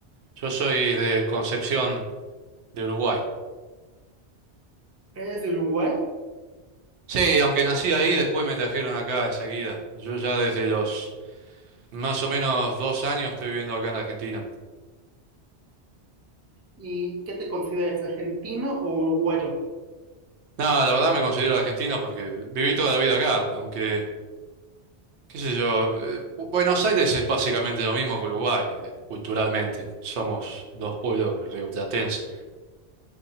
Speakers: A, on the right; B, on the right.
A: yo soy de Concepción, de Uruguay.
B: ¿Eres de Uruguay
A: Sí, aunque nací ahí,
B: o te...
A: después me trajeron acá enseguida. Yo ya desde los más o menos dos años estoy viviendo acá en Argentina.
B: ¿Y qué te consideras, argentino o uruguayo?
A: Nada, la verdad me considero argentino porque viví toda la vida acá, aunque, qué sé yo, eh, Bu- Buenos Aires es básicamente lo mismo que Uruguay, eh, culturalmente. Somos dos pueblos rioplatenses.